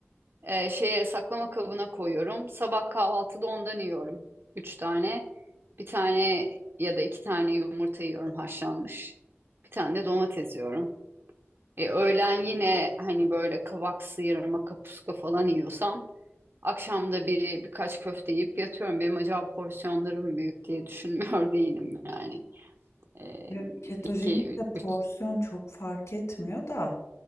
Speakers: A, on the right; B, on the left.
A: Ee, şeye saklama kabına koyuyorum. Sabah kahvaltıda ondan yiyorum. Üç tane. Bir tane ya da iki tane yumurta yiyorum haşlanmış. Bir tane de domates yiyorum. E, öğlen yine hani böyle kavak sıyırma kapuska falan yiyorsam akşamda bir birkaç köfte yiyip yatıyorum. Benim acaba porsiyonlarım büyük diye düşünmüyor <laughs> değilim yani. E,
B: Evet. Ketojenik
A: iki,
B: de porsiyon
A: üç
B: çok fark etmiyor da